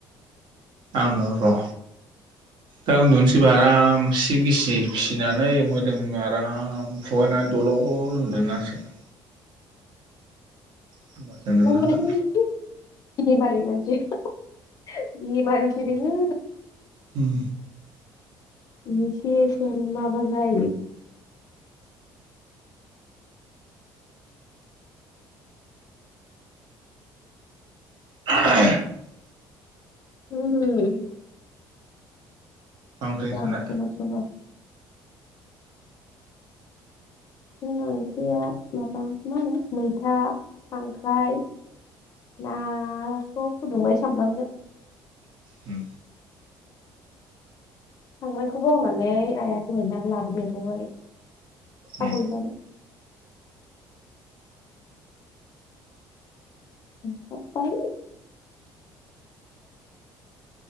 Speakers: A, on the right; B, on the left.
A: आंनो र'
B: <inaudible>
A: दा उन्दुनोसैबा आरामसे गिसि फिसिनानै मोदोमनो आराम फुवारनानै दल' ल' उन्दुनांसिगोन होमबासो
B: <unintelligible>
A: उन्दुनो हागोन
B: <unintelligible> बेमारि सो नोङो
A: उम
B: बेसे सोरनावबा जायो
A: <unintelligible>
B: <unintelligible>
A: मा ओंख्रि
B: मोजां
A: नोंसोरना
B: खबर सबर? जोंना ओंख्रिया माबा मा होनो मैथा खांख्राय नाखौ फुदुंबाय सामब्रामजों
A: उम
B: खांख्रायखौ बावनानै आया दहाय नाबो लाबोदेरबावबाइ। थास'
A: उम
B: बिबारजों। <unintelligible>